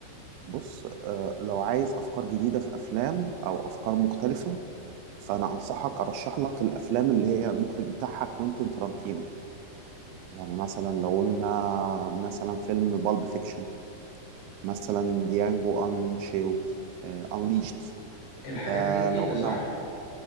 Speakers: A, on the right; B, on the left.
A: بص آه، لو عايز افكار جديده في افلام او افكار مختلفه فانا انصحك ارشح لك الافلام اللي هي المخرج بتاعها كوينتين ترانتينو يعني مثلا لو قلنا مثلا فيلم بالب فيكشن مثلا ديانجو انشيلد انليشت
B: الحاجات
A: آه
B: دي جديده
A: لو قلنا
B: صح